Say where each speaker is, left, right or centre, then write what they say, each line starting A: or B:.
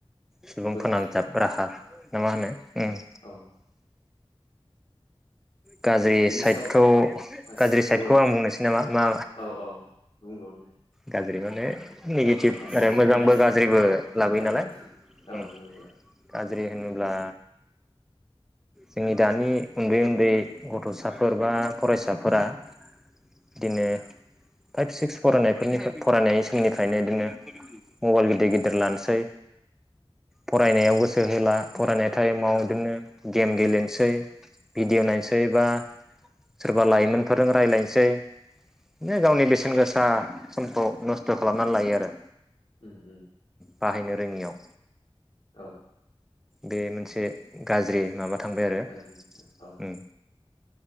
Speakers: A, in the centre; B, on the left (about 65°).
A: सुबुं
B: गोरोन्थिनो
A: फोनांजाब राहा ना
B: औ
A: मा होनो उम
B: औ
A: गाज्रि
B: माने बिनि
A: साइदखौ
B: सायाव गासैखौबो
A: गाज्रि साइदखौ आं बुंनोसै नामा मा
B: औ औ बुंबाव दे
A: गाज्रि माने नेगेटिभ
B: गासै
A: आरो मोजांबो
B: नेगेटिभ
A: गाज्रिबो
B: औ
A: लाबोयो
B: मोजांबो
A: नालाय
B: गाज्रिबो औ
A: उम
B: मोजांबो
A: गाज्रि होनोब्ला जोंनि दानि उन्दै- उन्दै गथ'साफोर बा फरायसाफोरा बिदिनो फाइभ सिक्स फरायनाय बेफोरनिफ्राय फरायनाय समनिफ्रायनो बिदिनो मबाइल गिदिर गिदिर लानोसै फरायनायाव गोसो होला फरायनाय टाइमाव
B: औ
A: बिदिनो गेम गेलेनोसै भिडिय' नायनोसै बा सोरबा लाइमोनफोरजों रायज्लायनोसै बिदिनो गावनि बेसेन गोसा समखौ नस्थ' खालामनानै लायो आरो
B: उम-उम
A: बाहायनो रोङियाव
B: औ
A: बे मोनसे गाज्रि माबा थांबाय आरो
B: गाज्रि औ
A: उम